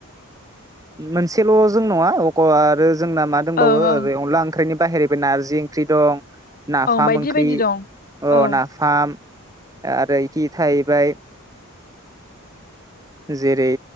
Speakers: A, on the right; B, on the left.
A: मोनसेल' जों नङा अ आरो जोंना मा दंबाव
B: ओं
A: ओै
B: ओं
A: अनला ओंख्रिनि बाहेरैबो नारजि ओंख्रि दं। नाफाम
B: ओं बायदि
A: ओंख्रि
B: बायदि दं
A: अ
B: औ
A: नाफाम। आरोखि थाहैबाय जेरै